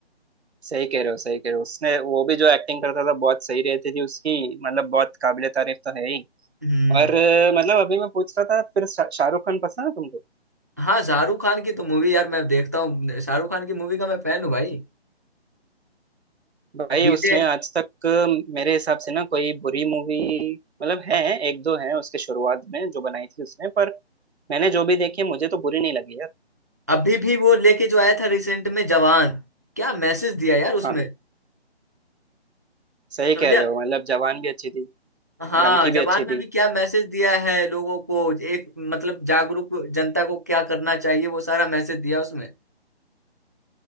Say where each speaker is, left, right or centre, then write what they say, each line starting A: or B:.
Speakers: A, on the right; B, on the right.
A: सही कह रहे हो सही कह रहे हो उसने वो भी जो एक्टिंग करता था बहुत सही रहती थी उसकी मतलब बहुत काबिले तारीफ तो है ही
B: हम्म
A: और अ, मतलब अभी मैं पूछ रहा था फिर शा- शाहरुख खान पसंद है तुमको
B: हाँ शाहरुख खान की तो मूवी यार मैं देखता हूँ शाहरुख खान की मूवी का मैं फैन हूँ भाई
A: भाई
B: डीजे
A: उसने आज तक अ, मेरे हिसाब से ना कोई बुरी मूवी मतलब है एक दो है उसके शुरुआत में जो बनाई थी उसने पर मैंने जो भी देखी है मुझे तो बुरी नहीं लगी यार
B: अभी भी वो लेके जो आया था रिसेंट में जवान क्या मैसेज दिया यार उसमें
A: हाँ सही
B: समझा
A: कह रहे हो मतलब जवान भी अच्छी थी
B: हाँ
A: डंकी
B: जवान
A: भी अच्छी थी
B: में भी क्या मैसेज दिया है लोगों को एक मतलब जागरूक जनता को क्या करना चाहिए वो सारा मैसेज दिया उसमें